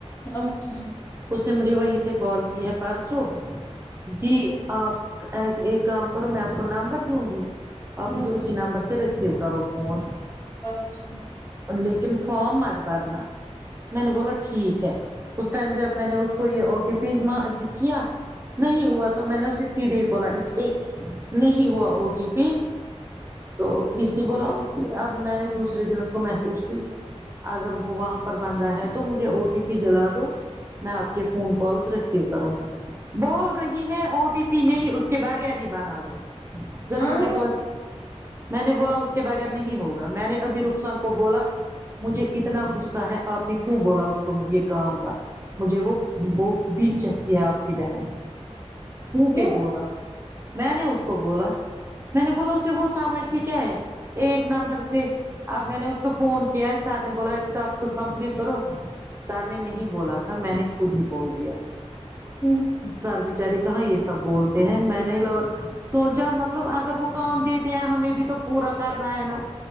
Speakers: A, on the left; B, on the right.
A: اچھا
B: اس نے مجھے وہی سے کال کی ہے پرسو دی آپ ایک کام کرو میں آپ کو نمبر دوں گی آپ
A: ہوں
B: مجھے اسی نمبر سے رسیو کرو فون
A: اچھا
B: لیکن فارم مت بھرنا میں نے بولا ٹھیک ہے اس ٹائم جب میں نے اس کو یہ او ٹی پی کیا نہیں
A: ہوں
B: ہوا تو میں نے اسی سیدھے بولا اس پہ نہیں ہوا او ٹی پی تو اس نے بولا ا اب میں نے دوسرے دن اس کو میسج کی اگر وہ وہاں پر بند ہے تو مجھے او ٹی پی دلادو میں آپ کے فون کالز ریسیو کروں گی بول رہی ہے او ٹی پی نہیں اس کے بغیر ہی بنا دو ذرا
A: ہاں
B: مجھے بہ میں نے بولا اس کے بغیر نہیں ہوگا میں نے ابھی رخسان کو بولا مجھے اتنا غصہ ہے آپ نے کیوں بولا اس کو یہ کام مجھے وہ وہ بھی جیسی ہے آپ کی بہن
A: کیوں
B: منہ پ بولا میں نے اس کو بولا میں نے بولا اسے وہ سمجھتی کیا ہے ایک نمبر سے اب میں نے اس کو فون کیا ہے سر نے بولا ٹاسک کمپلیٹ کرو سر نے نہیں بولا تھا میں نے خود ہی بول دیا
A: ہوں
B: سر بیچارے کہاں یہ سب بولتے ہیں میں نے لوگ سوچا مطلب اگر وہ کام دیتے ہیں ہمیں بھی تو پورا کرنا ہے نا